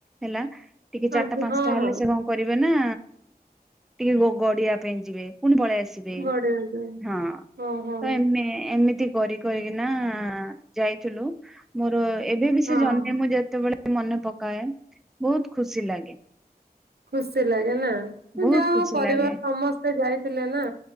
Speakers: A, in the centre; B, on the right (about 80°).
A: ହେଲା ଟିକେ ଚାରିଟା
B: ଆଜ୍ଞା
A: ପାଞ୍ଚଟା
B: ହଁ
A: ହେଲେ
B: ହଁ
A: ସେ କଣ କରିବେ ନା ଟିକେ ଗ ଗଡିବା ପାଇଁ ଯିବେ ପୁଣି ପଳେଇ ଆସିବେ
B: ବଢିଆ ଲାଗେ
A: ହଁ ତ
B: ଓହୋ
A: ଏମେ ଏମିତି କରି କରିକିନା ଯାଇଥିଲୁ ମୋର ଏବେ ବି
B: ହଁ
A: ସେ ଜର୍ଣ୍ଣି ମୁଁ ଯେତେ ଯେତେବେଳେ ମନେ ପକାଏ ବହୁତ ଖୁସି ଲାଗେ।
B: ଖୁସିଲାଗେ ନା।
A: ବହୁତ
B: ଯାହାଉ
A: ଖୁସି
B: ପରିବାର
A: ଲାଗେ
B: ସମସ୍ତେ ଯାଇଥିଲେ ନା